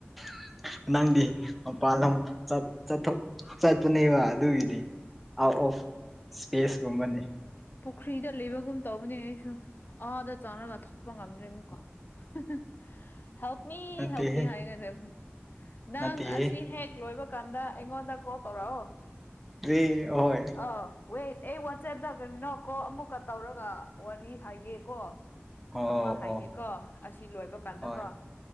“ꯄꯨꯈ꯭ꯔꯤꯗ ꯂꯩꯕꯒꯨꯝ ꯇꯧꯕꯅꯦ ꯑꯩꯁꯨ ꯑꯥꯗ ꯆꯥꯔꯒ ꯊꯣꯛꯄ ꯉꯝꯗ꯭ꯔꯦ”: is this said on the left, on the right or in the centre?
Left